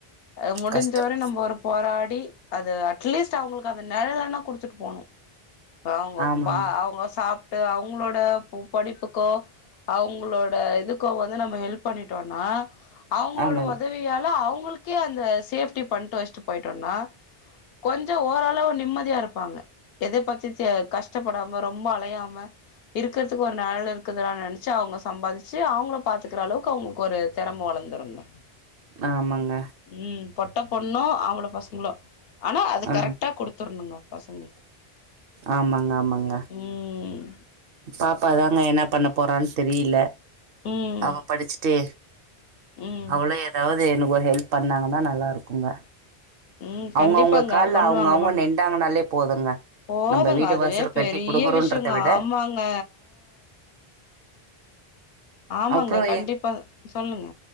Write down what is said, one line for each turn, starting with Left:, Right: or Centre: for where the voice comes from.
Left: அது முடிஞ்சவர
Right: கஷ்டம்
Left: நம்ம ஒரு போராடி அது அட்லீஸ்ட் அவங்களுக்கு அந்த நெழலனா குடுத்துட்டு போணு அவ்ஙக
Right: ஆமாங்க
Left: ப்பா அவங்க சாப் ட்டு அவுங் அவங்களோட ம் படிப்புக்கோ அவங்களோட இதுகொ வந்து நம்ம ஹெல்ப் பண்ணிட்டோனா அவுங்களோட
Right: ஆமாங்
Left: உதவியால அவுங் அவுங்களுக்கே அந்த சேஃப்டி பண்ட்டு வெச்சுட்டு போயிட்டோனா கொஞ்சோ ஓரளவு நிம்மதியா இருப்பாங்க எதை பத்தி கஷ்டப்படாம ரொம்போ அலையாம இருக்கிறதுக்கு ஒரு நிழல் இருக்குதா நெனச்சு அவுங்க சம்பாதிச்சி அவுங்கள பாத்துக்குற அளவு திறமை வளந்துருங்க.
Right: ஆமாங்க
Left: ம் பொட்ட பொண்ணோ ஆம்பள பசங்களோ ஆனா அத
Right: ஆ
Left: கரெக்டா குடுத்துருனுங்க பசங்களுக்கு
Right: ஆமாங்க ஆமாங்க
Left: ம்
Right: பாப்பாதாங்க என்ன பண்ண போறான்னு தெரியல
Left: ம்
Right: அவ படிச்சிட்டு
Left: ம்
Right: அவ்ளூ எதாவது எனக்கு ஒரு ஹெல்ப் பண்ணாங்கன்னா நல்லா இருக்குங்க
Left: ம் கண்டிப்பாங்க
Right: அவங்கவுங்க கால்ல
Left: பண்ணுவாங்க
Right: அவங்கவுங்க
Left: பண்ணுவாங்க
Right: நின்டாங்கனாலே போதுங்க
Left: போதுங்க
Right: நம்ம வீடு
Left: அதுவே
Right: வாசல்
Left: பெரிய
Right: கட்டி கொடுக்குறோன்றத
Left: விஷயொங்கோ
Right: விட
Left: ஆமாங்க ஆமாங்க
Right: அப்புறோ
Left: கண்டிப்பா
Right: எ
Left: சொல்லுங்க